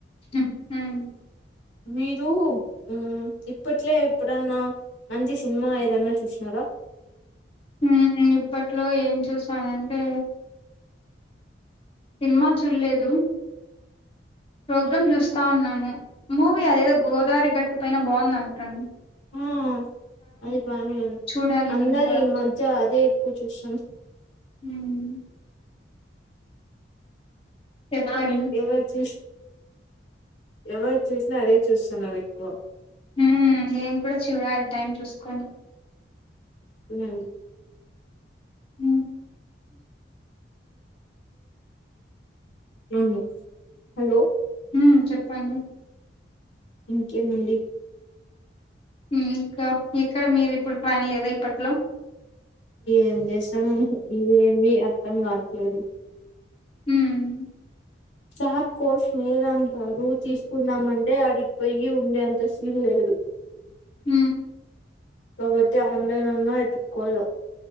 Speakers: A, on the left; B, on the left.
A: హ్ము్
B: మీరు ఉమ్ ఇప్పట్లో ఎప్పుడన్నా మంచి సిన్మా ఏదన్నా చూస్నారా?
A: ఉమ్ ఇప్పట్లో ఏం చూసానంటే సిన్మా చూడ్లేదు ప్రోగ్రామ్ చూస్తా ఉన్నాము. మూవీ అదేదో గోదారి గట్టు పైన బాగుందంట అండ్
B: ఆ అది బానే ఉంది
A: చూడాలి
B: అందరీ
A: నేను కూడా
B: మధ్య అదే కూ చూషాం
A: ఉమ్, చెప్పండి
B: ఎవర్ చూస్ ఎవర్ చూసినా అదే చూస్తున్నారు ఎక్కువ
A: ఉమ్, నేను కూడా చూడాలి టైం చూస్కొని
B: సరే అండి
A: ఉమ్.
B: అవును హలో
A: ఉమ్ చెప్పండి
B: ఇంకేమండి
A: ఉమ్ ఇంకా ఎక్కడ మీరు ఇప్పుడు ప్లాన్ లేదా ఇప్పట్లో
B: ఏం చేశ్తామండి ఏమీ అర్థం కావట్లేదు
A: ఉమ్
B: చాప్ కోస్ మీదంటారు తీసుకుందామంటే ఆడిగ్పోయ్యి ఉండే అంత సీన్ లేదు
A: ఉమ్
B: కాబట్టి ఆన్లైన్ అన్నా ఎతుకోవళ్ల